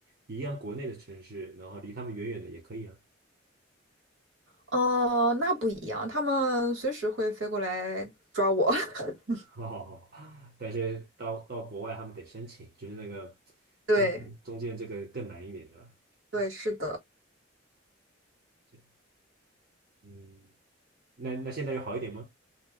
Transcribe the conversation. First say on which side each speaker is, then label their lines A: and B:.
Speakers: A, on the right; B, on the right.
A: 一样国内的城市，然后离他们远远的也可以啊。
B: 哦，那不一样，他们随时会飞过来抓我。<laughs>
A: <laughs> 哦，但是到到国外他们得申请，就是那个
B: 对
A: 中中间这个更难一点是吧？
B: 对，是的
A: 解，嗯，那那现在有好一点吗？